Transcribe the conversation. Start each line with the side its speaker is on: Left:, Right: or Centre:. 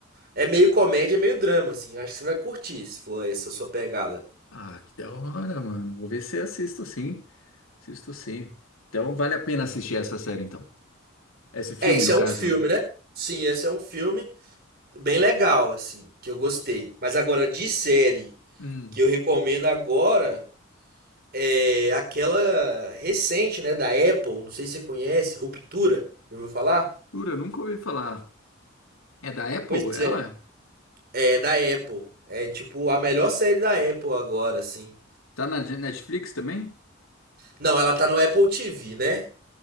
Right: É meio comédia, é meio drama assim. Eu acho que você vai curtir, se for essa sua pegada.
Left: Ah, que da hora, mano. Vou ver se assisto sim. Assisto sim. Então vale a pena assistir essa série, então. Esse filme,
Right: É, esse
Left: no
Right: é
Left: caso.
Right: um filme, né? Sim, esse é um filme bem legal assim, que eu gostei. Mas agora de série
Left: Hum.
Right: que eu recomendo agora, é, aquela recente, né, da Apple, não sei se você conhece, Ruptura, já ouviu falar?
Left: Jura, nunca ouvi falar. É da Apple,
Right: Pois
Left: ela?
Right: é, é da Apple. É tipo a melhor série da Apple agora, assim.
Left: Tá na Netflix também?
Right: Não, ela tá no Apple TV, né?